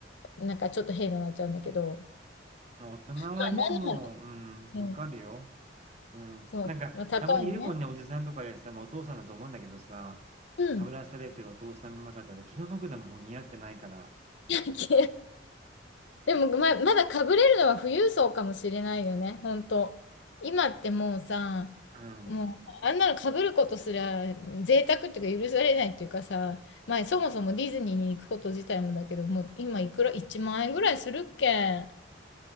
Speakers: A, on the left; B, on the right.
A: なんかちょっと変になっちゃうんだけど、
B: もう大人はね、
A: まあ、何の話、
B: もう、うん、
A: うん、
B: わかるよ。うん。
A: そう、
B: なんか、
A: まあ、高いね。
B: たまにいるもんね、おじさんとかでさ、もうお父さんだと思うんだけどさ、
A: うん。
B: かぶらされてるお父さんま方で気の毒だもん、似合ってないから。
A: <laughs> 野球でもま、まだ被れるのは富裕層かもしれないよね、本当。今ってもうさ、
B: うん。
A: もうあんなの被ることすら贅沢っていうか許されないっていうかさ、まあそもそもディズニーに行くこと自体もだけど、もう今いくら、1万円ぐらいするっけあ